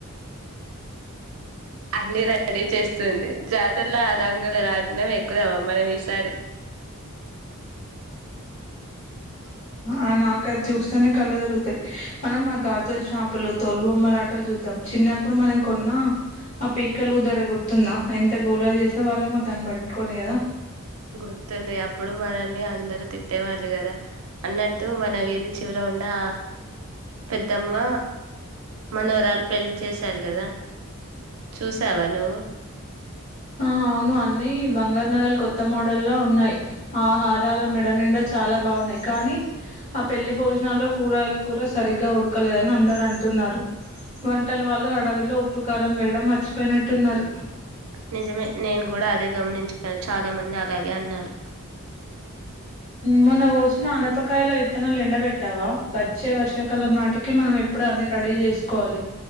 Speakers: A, on the right (about 75°); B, on the left (about 30°).
A: అన్ని రెడీ చేస్తుంది జాతరలో ఆ రంగుల రాట్నం ఎక్కుదామ మనం ఈసారి ఆ
B: ఆ నాకు అది చూస్తేనే కళ్ళ తిరుగుతయ్, మనం ఆ గాజులు షాపులు, తోలు బొమ్మలాటలు, చూద్దాం. చిన్నప్పుడు మనం కొన్న ఆ పీకలు ధర గుర్తుందా ఎంత గోలా చేసే వాళ్ళమో దాన్ బ కోడ్ని గదా
A: గుర్తుంది అప్పుడు మనల్ని అందరూ తిట్టేవాళ్ళు గదా అన్నట్టు మన వీధి చివర నా పెద్దమ్మ మనవరాలు పెళ్లి చేస్ సార్ గదా చూసావా నువ్వు
B: ఆ అవును అన్నీ బంగార్ నగల్ కొత్త మోడల్లా ఉన్నాయ్, ఆ హారాలు మెడ నిండా చాలా బా. బావున్నాయ్ కానీ ఆ పెళ్లి భోజనాలు కూరలు కూడా సరిగ్గా ఉడకలేదని అందరు అంటున్నారు వంటలు వాళ్ళు హడవిలో ఉప్పు కారం వేయడం మర్చిపోయినట్టున్నారు
A: నిజమే నేను కూడా అదే గమనించాను చాలా మంది అలాగే అన్నారు
B: మొన్న కోషిన ఆనపకాయలో విత్తనాలు ఎండ బెట్టావా వచ్చే వర్షాకాలం నాటికి మనం ఇప్పుడు అన్ని రెడీ చేసుకోవాలి